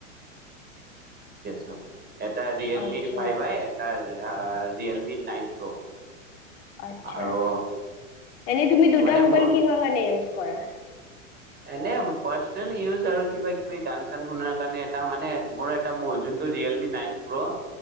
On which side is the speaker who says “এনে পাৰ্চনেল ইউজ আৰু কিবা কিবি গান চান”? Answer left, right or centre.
Right